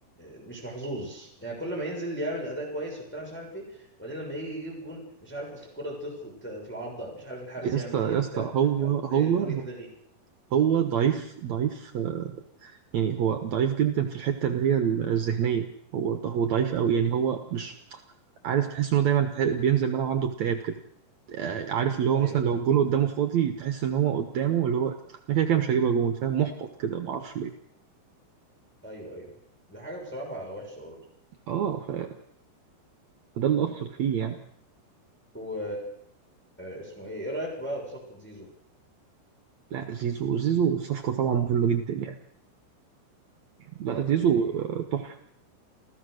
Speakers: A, in the centre; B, on the right (about 80°).
A: مش محظوظ يعني كل ما ينزل يعمل اداء كويس وبتاع مش عارف ايه وبعدين لما يجي يجيب جون مش عارف اصل الكرة تدخل ت- في العارضة مش عارف الحارس
B: يا اسطى
A: يعمل
B: يا
A: ايه بتاع
B: اسطى هو هو
A: جون يتلغي
B: هو ضعيف ضعيف آه، يعني هو ضعيف جدا في الحتة اللي هي ال- الذهنية هو هو ضعيف قوي يعني هو مش عارف تحس انه دايما تح- بينزل الملعب عنده اكتئاب كده آه، عارف اللي هو
A: ايوه
B: مثلا
A: فاهمه
B: لو الجون قدامه فاضي تحس ان هو قدامه اللي هو انا كده كده مش هجيبها جون فاهم محبط كده ما اعرفش ليه
A: ايوه ايوه دي حاجه بصراحه وحشه برضه
B: اه فده اللي اثر فيه يعني
A: و اسمه ايه ايه رايك بقى في صفقه زيزو
B: لا زيزو زيزو صفقة طبعا مهمة جدا يعني لا
A: يعني
B: زيزو آه، تحفة